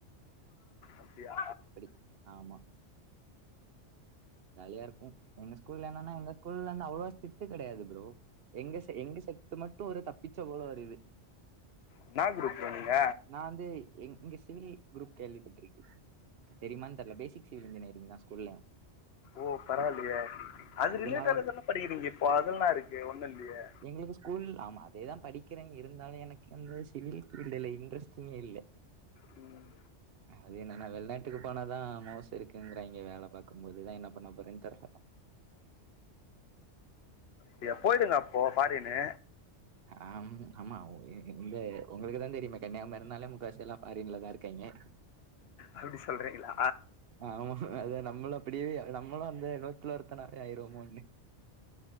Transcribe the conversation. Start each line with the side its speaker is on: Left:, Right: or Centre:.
Left: அப்டியா
Right: அப்டி ஆமா ஜாலியா இருக்கு எங்க ஸ்கூல என்னன்னா எங்க ஸ்கூல வந்து அவ்ளோ ஸ்டிட்டு கெடையாது ப்ரோ எங்க செ எங்க செட் மட்டு ஒரு தப்பிச்ச போல ஒரு இது
Left: என்னா குரூப்பு நீங்க
Right: நா வந்து எங் இங்க சிவில் குரூப் கேள்விப்பட்டிருக்கே தெரியுமான்னு தெரில பேசிக் சிவில் இன்ஜினியரிங் தா ஸ்கூல்ல
Left: ஓ பரவாயில்லையே அது
Right: அதனால
Left: ரிலேட்டாதானே படிக்கிறீங்க இப்போ அதெல்லா இருக்கே ஒண்ணு இல்லையே
Right: எங்களுக்கு ஸ்கூல் ஆமா அதேதா படிக்கிறே இருந்தாலு எனக்கு அந்த சிவில் பீல்டுல இன்ட்ரஸ்ட்டே இல்லே
Left: ம்
Right: அது என்னன்னா வெளிநாட்டுக்கு போனாதா மவுஸ் இருக்குங்கிறாய்ங்க வேல பாக்கும் போது அதுதா என்ன பண்ணப் போறேன்னு தெர்ல
Left: சே அப் போயிடுங்க அப்போ ஃபாரினு
Right: அம் ஆமா இந்த உங்களுக்கு தா தெரியுமே கன்னியாகுமரினாலே முக்காவாசி எல்லா ஃபாரின்ல தா இருக்காயிங்க
Left: அப்டி சொல்றீங்களா
Right: ஆமா அத நம்மளு அப்டியே நம்மளு அந்த நூத்தல ஒருத்தனாவே ஆயிருவோமுன்னு